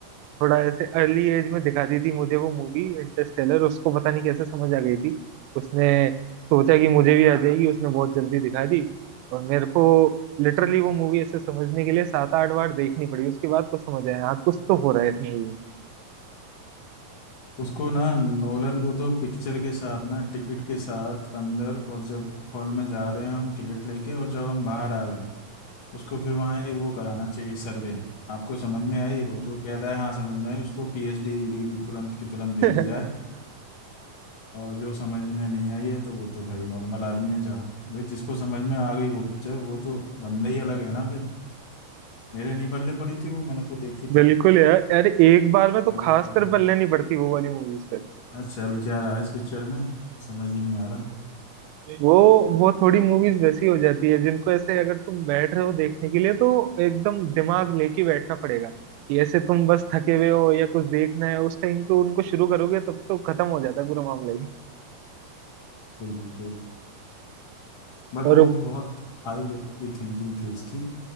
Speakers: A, on the right (about 85°); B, on the left (about 55°).
A: थोड़ा ऐसे अर्ली एज में दिखा दी थी मुझे वो मूवी इंटरस्टेलर उसको पता नहीं कैसे समझ आ गई थी उसने सोचा कि मुझे भी आ जाएगी उसने बहुत जल्दी दिखा दी और मेरे को लिटरली वो मूवी ऐसे समझने के लिए सात आठ बार देखनी पड़ी उसके बाद कुछ समझ आया हाँ कुछ तो हो रहा है इस मूवी
B: उसको ना नोलन को तो पिक्चर के साथ ना टिकट के साथ अंदर और जब हॉल में जा रहे हैं हम टिकट लेके और जब हम बाहर आ रहे हैं उसको फिर वहाँ एक वो कराना चाहिए सर्वे आपको समझ में आई और जो कह रहा है हाँ समझ में आई उसको पीएचडी डिग्री तुरंत की तुरंत दे
A: में
B: दी जाए और जो समझ में नहीं आई है तो वो तो भाई नॉर्मल आदमी है जहाँ भाई जिसको समझ में आ गई वो पिक्चर वो तो बंदा ही अलग है ना फिर मेरे नहीं पल्ले पड़ी थी वो मैंने तो
A: <laughs>
B: देखी थी
A: बिल्कुल यार अरे एक बार में तो
B: चल
A: खास
B: कह रहा
A: कर पल्ले नहीं पड़ती वो वाली मूवीज पे
B: है चल क्या रहा है इस पिक्चर में समझ ही नहीं आ रहा
A: वो वो थोड़ी मूवीज वैसी हो जाती है जिनको ऐसे अगर तुम बैठ रहे हो देखने के लिए तो एकदम दिमाग लेके बैठना पड़ेगा कि ऐसे तुम बस थके हुए हो या कुछ देखना है उस टाइम पे उनको शुरू करोगे तब तो खत्म हो जाता है पूरा मामला ही
B: बिल्कुल बिल्कुल बट
A: और
B: वो बहुत हाई लेवल की थिंकिंग थी उसकी